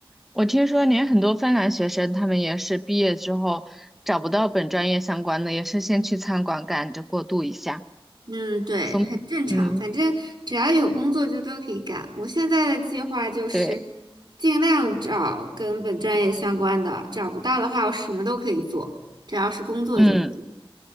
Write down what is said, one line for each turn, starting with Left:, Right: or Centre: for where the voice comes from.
Centre: 我听说连很多芬兰学生，他们也是毕业之后找不到本专业相关的，也是先去餐馆赶着过渡一下。
Right: 嗯，对，
Centre: 从，
Right: 很正常，
Centre: 嗯，
Right: 反正只要有工作就都可以干。我现在的计划就是尽量找跟本专业相关的，
Centre: 对，
Right: 找不到的话我什么都可以做，只要是工作就可以。
Centre: 嗯，